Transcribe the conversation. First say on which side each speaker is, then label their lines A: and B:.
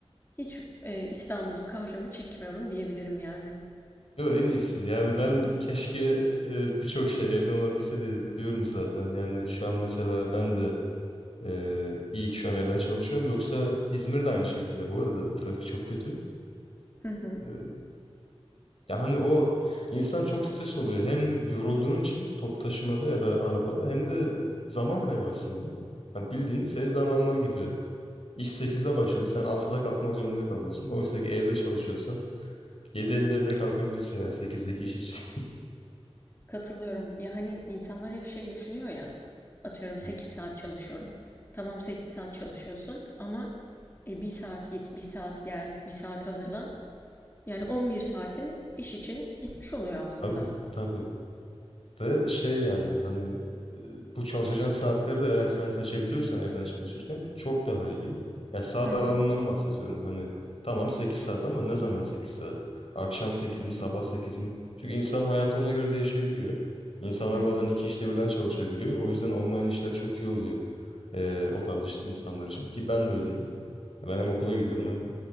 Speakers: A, on the left; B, on the left.
A: hiç, eee, İstanbul'un kahrını çekmiyorum diyebilirim yani.
B: Yo en iyisi. Yani ben keşke e, birçok şey evden olabilse diye diyorum zaten. Yani şu an mesela ben de Ee, iyi ki şu an evden çalışıyorum. Yoksa İzmir'de aynı şekilde bu arada. Trafik çok kötü.
A: <laughs>
B: Ee, ya hani o insan çok stres oluyor. Hem yorulduğun için top taşımada ya da arabada hem de zaman kaybı aslında. Hani bildiğin senin zamanından gidiyor. İş sekizde başladı. Sen altıda kalkmak zorunda kalıyorsun. Oysa ki evde çalışıyorsan 7.50'de bile kalkabilirsin ya sekizdeki iş için.
A: Katılıyorum. Ya hani insanlar hep şey düşünüyor ya. Atıyorum
B: <laughs>
A: sekiz
B: Hı,
A: saat çalışıyorum. Tamam 8 saat çalışıyorsun ama e, 1 saat git, bir saat gel, bir saat hazırlan. Yani
B: Evet.
A: on bir saatin iş için gitmiş oluyor aslında.
B: Tabii, tabii. de şey yani hani e, bu çalışacağın saatleri de eğer sen seçebiliyorsan evden çalışırken çok daha iyi. Ya saat
A: Hı
B: aralığından
A: hı,
B: bahsediyorum. Hani tamam 8 saat ama ne zaman 8 saat? Akşam 8 mi sabah 8 mi? Çünkü insan hayatı ona göre değişebiliyor. İnsanlar
A: hı hı.
B: bazen iki işte birden çalışabiliyor. O yüzden online işler çok iyi oluyor e, o tarz iş- insanlar için. Ki ben de öyleyim. Ben hem okula gidiyorum hem